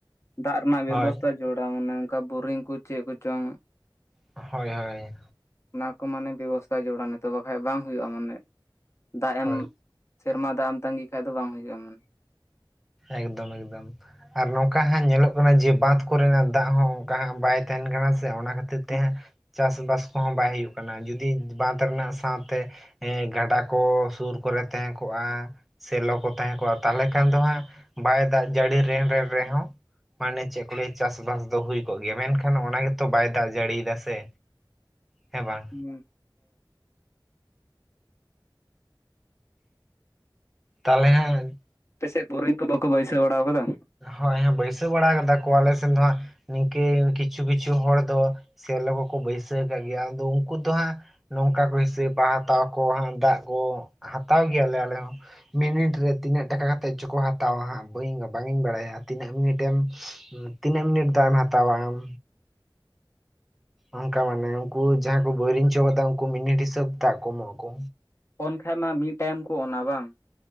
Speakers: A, on the left; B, in the centre.
A: ᱫᱟᱜ ᱨᱮᱱᱟᱜ ᱵᱮᱵᱚᱥᱛᱷᱟ
B: ᱦᱳᱭ
A: ᱡᱚᱲᱟ ᱢᱟᱱᱮ ᱚᱱᱠᱟ ᱵᱳᱨᱤᱝ ᱠᱚ ᱪᱮᱫ ᱠᱚᱪᱚᱝ
B: ᱦᱳᱭ ᱦᱳᱭ
A: ᱚᱱᱟ ᱢᱟᱱᱮ ᱵᱮᱵᱚᱥᱛᱷᱟ ᱡᱚᱲᱟ ᱱᱤᱛᱚᱜ ᱵᱟᱠᱷᱟᱡ ᱵᱟᱝ ᱦᱩᱭᱩᱜ-ᱟ ᱢᱟᱱᱮ ᱫᱟᱜ ᱮᱢ
B: ᱦᱳᱭ
A: ᱥᱮᱨᱢᱟ ᱫᱟᱜ ᱮᱢ ᱛᱟᱸᱜᱤ ᱠᱷᱟᱡ ᱫᱚ ᱵᱟᱝ ᱦᱩᱭᱩᱜ-ᱟ ᱢᱟᱱᱮ
B: ᱮᱠᱫᱚᱢ ᱮᱠᱫᱚᱢ ᱟᱨ ᱱᱚᱝᱠᱟ ᱦᱟᱸᱜ ᱧᱮᱞᱚᱜ ᱠᱟᱱᱟ ᱡᱮ ᱵᱟᱸᱫᱷ ᱠᱚᱨᱮᱱᱟᱜ ᱫᱟᱜ ᱦᱚᱸ ᱚᱱᱠᱟ ᱦᱟᱸᱜ ᱵᱟᱭ ᱛᱟᱦᱮᱱ ᱠᱟᱱᱟ ᱥᱮ ᱚᱱᱟ ᱠᱷᱟᱹᱛᱤᱨ ᱛᱮ
A: ᱦᱮᱸ
B: ᱦᱟᱸᱜ ᱪᱟᱥᱵᱟᱥ ᱠᱚᱦᱚᱸ ᱵᱟᱭ ᱦᱩᱭᱩᱜ ᱠᱟᱱᱟ᱾ ᱡᱩᱫᱤ ᱵᱟᱸᱫᱽ ᱨᱮᱱᱟᱜ ᱥᱟᱶᱛᱮ ᱦᱮᱸ ᱜᱟᱰᱟ ᱠᱚ ᱥᱩᱨ ᱠᱚᱨᱮ ᱛᱟᱦᱮᱸ ᱠᱚᱜᱼᱟ ᱥᱮᱞᱳ ᱠᱚ ᱛᱟᱦᱮᱸ ᱠᱚᱜᱼᱟ᱾ᱛᱟᱦᱚᱞᱮ ᱠᱷᱟᱱ ᱫᱚ ᱦᱟᱸᱜ ᱵᱟᱭ ᱫᱟᱜ ᱡᱟᱹᱲᱤ ᱨᱮ ᱨᱮ ᱨᱮᱦᱚᱸ ᱢᱟᱱᱮ ᱪᱮᱫ ᱠᱚ ᱞᱟᱹᱭ ᱪᱟᱥᱵᱟᱥ ᱫᱚ ᱦᱩᱭ ᱠᱚᱜ ᱜᱮᱭᱟ᱾ ᱢᱮᱱᱠᱷᱟᱱ ᱚᱱᱟ ᱜᱮᱛᱚ ᱵᱟᱭ ᱫᱟᱜ ᱡᱟᱹᱲᱤᱭ ᱫᱟ ᱥᱮ ᱦᱮᱸ ᱵᱟᱝ
A: ᱦᱩᱸ
B: ᱛᱟᱦᱚᱞᱮ ᱦᱮᱸ
A: ᱟᱯᱮᱥᱮᱫ ᱵᱳᱨᱤᱝ ᱠᱚ ᱵᱟᱠᱚ ᱵᱟᱹᱭᱥᱟᱹᱣ ᱵᱟᱲᱟ ᱟᱠᱟᱫᱟ
B: ᱦᱳᱭ ᱵᱟᱹᱭᱥᱟᱹᱣ ᱵᱟᱲᱟ ᱠᱟᱫᱟ ᱠᱚ, ᱟᱞᱮ ᱥᱮᱱ ᱫᱚ ᱦᱟᱸᱜ ᱱᱤᱝᱠᱟᱹ ᱠᱤᱪᱷᱩ ᱠᱤᱪᱷᱩ ᱦᱚᱲ ᱫᱚ ᱥᱮᱞᱳ ᱠᱚ ᱠᱚ ᱵᱟᱹᱭᱥᱟᱹᱣ ᱠᱟᱜ ᱜᱮᱭᱟ ᱟᱫᱚ ᱩᱱᱠᱩ ᱫᱚ ᱦᱟᱸᱜ ᱱᱚᱝᱠᱟ ᱠᱚ ᱦᱤᱥᱟᱹᱵᱟ ᱦᱟᱛᱟᱣ ᱠᱚ ᱫᱟᱜ ᱠᱚ ᱦᱟᱛᱟᱣ ᱜᱮᱭᱟᱞᱮ ᱟᱞᱮ ᱦᱚᱸ ᱢᱤᱱᱤᱴ ᱨᱮ ᱛᱤᱱᱟᱹᱜ ᱴᱟᱠᱟ ᱠᱟᱛᱮᱫ ᱪᱚᱠᱚ ᱦᱟᱛᱟᱣᱟ ᱦᱟᱸᱜ ᱵᱟᱹᱧ ᱵᱟᱝ ᱤᱧ ᱵᱟᱲᱟᱭᱟ ᱛᱤᱱᱟᱹᱜ ᱢᱤᱱᱤᱴᱮᱢ, ᱛᱤᱱᱟᱹᱜ ᱢᱤᱱᱤᱴ ᱫᱟᱜ ᱮᱢ ᱦᱟᱛᱟᱣᱟ ᱟᱢ ᱚᱱᱠᱟ ᱢᱟᱱᱮ ᱩᱱᱠᱩ ᱡᱟᱦᱟᱸᱭ ᱠᱚ ᱵᱳᱭᱨᱤᱝ ᱚᱪᱚ ᱠᱟᱫᱟ ᱩᱱᱠᱩ ᱢᱤᱱᱤᱴ ᱦᱤᱥᱟᱹᱵ ᱛᱮ ᱫᱟᱜ ᱠᱚ ᱮᱢᱚᱜ ᱟᱠᱚ᱾
A: ᱚᱱ ᱠᱷᱟᱱ ᱢᱟ ᱢᱤᱫ ᱴᱟᱭᱤᱢ ᱠᱚ ᱱᱟ ᱵᱟᱝ?